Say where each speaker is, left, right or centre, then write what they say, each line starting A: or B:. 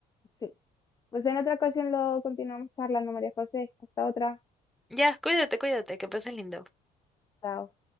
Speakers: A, on the left (about 20°); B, in the centre.
A: sí. Pues en otra ocasión lo continuamos charlando, María José. Hasta otra.
B: Ya, cuídate, cuídate, que pases lindo.
A: Chao.